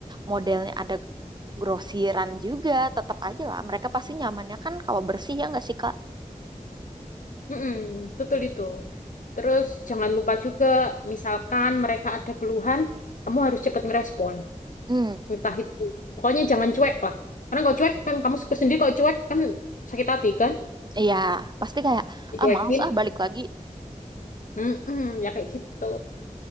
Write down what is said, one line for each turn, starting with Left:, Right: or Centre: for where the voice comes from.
Right: modelnya ada grosiran juga tetap aja lah mereka pasti nyamannya kan kalau bersih ya nggak sih Kak?
Left: Mm-mm, betul itu. Terus jangan lupa juga, misalkan mereka ada keluhan, kamu harus cepat ngerespon.
Right: Hmm,
Left: Entah itu, pokoknya jangan cuek lah. Karena kalau cuek kan kamu sendiri kalau cuek kan sakit hati kan,
Right: iya pasti kayak
Left: dicuekin.
Right: ah males ah balik lagi.
Left: Mm-mm, ya kayak gitu.